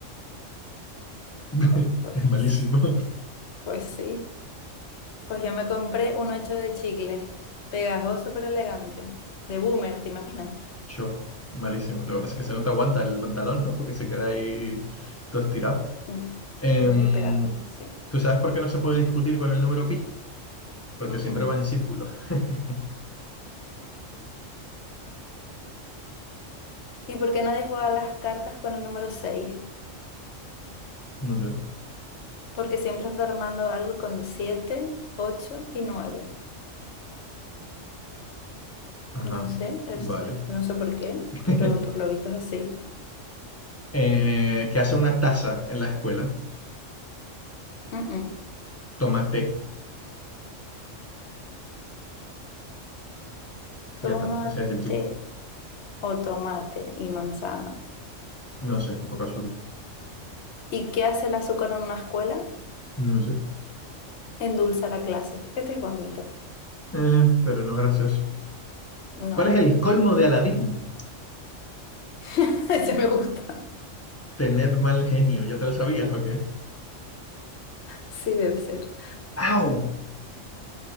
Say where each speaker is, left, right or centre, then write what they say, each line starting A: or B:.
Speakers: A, on the left; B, on the left.
A: <laughs>
B: Jo, pues,
A: Es malísimo.
B: pues, pues sí. Pues yo me compré un ocho de chicles. Pegajoso pero elegante. De boomer, ¿te imaginas?
A: Yo, malísimo. Lo que pasa es que se no te aguanta el pantalón, ¿no? Porque se queda ahí todo estirado.
B: Mm,
A: Em,
B: Bueno y pegajoso, sí.
A: ¿tú sabes por qué no se puede discutir con el número pi? Porque
B: Mm,
A: siempre
B: mm.
A: va en círculo. <laughs>
B: ¿Y por qué nadie juega las cartas con el número 6?
A: No sé.
B: Porque siempre está armando algo con el 7, 8 y 9.
A: Ajá.
B: No sé, es-
A: Vale.
B: no sé por qué,
A: <laughs>
B: pero por lo visto es así.
A: Eh, ¿qué hace una taza en la escuela?
B: Mm, mm.
A: Toma té.
B: Tomate
A: Ya está. Ese es el chiste.
B: o tomate y manzana.
A: No sé, un poco absurdo.
B: ¿Y qué hace el azúcar en una escuela?
A: No sé.
B: Endulza la clase. Este es bonito.
A: Eh, pero no es gracioso.
B: No,
A: ¿Cuál es el colmo de Aladín?
B: <laughs> ese me gusta.
A: Tener mal genio. ¿Ya te lo sabías o qué?
B: Sí, debe ser.
A: ¡Au!